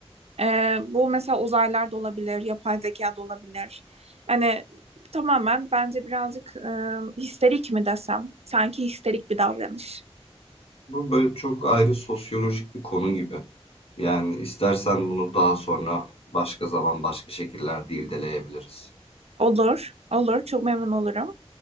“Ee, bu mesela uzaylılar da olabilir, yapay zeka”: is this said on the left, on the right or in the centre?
Right